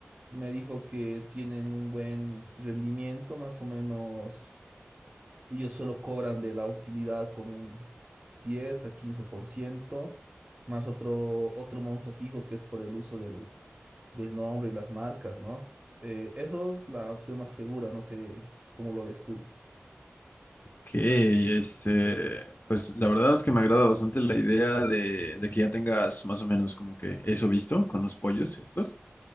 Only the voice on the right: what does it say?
me dijo que tienen un buen rendimiento, más o menos ellos solo cobran de la utilidad como un diez a quince por ciento más otro, otro monto fijo que es por el uso del, del nombre y las marcas, ¿no? Eh, eso es la opción más segura, no sé cómo lo ves tú.